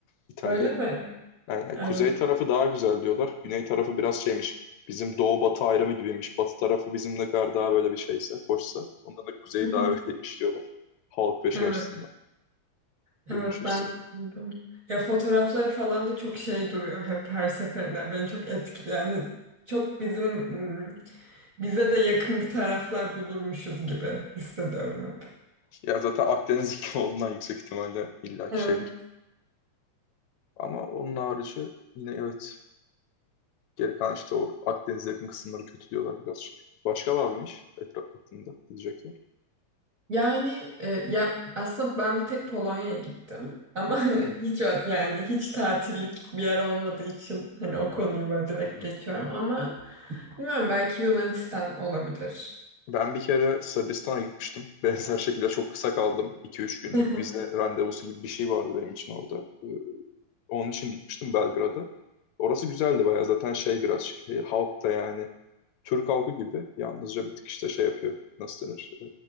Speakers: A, on the left; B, on the right.
A: İtalya.
B: öyle mi?
A: Yani yani
B: Evet.
A: kuzey tarafı daha güzel diyorlar. Güney tarafı biraz şeymiş. Bizim doğu batı ayrımı gibiymiş. Batı tarafı bizim ne kadar daha böyle bir şeyse, hoşsa. Ondan da kuzey
B: <laughs>
A: daha öyleymiş diyorlar. Halk ve şey
B: Evet.
A: açısından.
B: Evet
A: Görünüş açısından.
B: ben de duydum. Ya fotoğrafları falan da çok şey duruyor hep her seferinde. Beni çok etkiliyor. Yani çok bizim ım, bize de yakın bir taraflar bulurmuşuz gibi hissediyorum hep.
A: Ya zaten Akdeniz iklimi olduğundan yüksek ihtimalle illaki
B: Evet.
A: şeydir. Ama onun harici yine evet. Geri kalan işte o Akdeniz'e yakın kısımları kötü diyorlar birazcık. Başka var mı hiç etraf aklında gidecek yer?
B: Yani e, ya aslında ben bir tek Polonya'ya gittim. Ama hani
A: Hı.
B: hiç ö- yani hiç tatillik bir yer olmadığı için hani o konuyu böyle direkt
A: Hı.
B: geçiyorum. Ama bilmiyorum belki Yunanistan olabilir.
A: Ben bir kere Sırbistan'a gitmiştim. <laughs> Benzer şekilde çok kısa kaldım. iki üç günlük
B: <laughs>
A: vize randevusu gibi bir şey vardı benim için orada. Ee, Onun için gitmiştim Belgrad'a. Orası güzeldi bayağı. Zaten şey birazcık e, halk da yani Türk halkı gibi yalnızca bir tık işte şey yapıyor. Nasıl denir? Ee,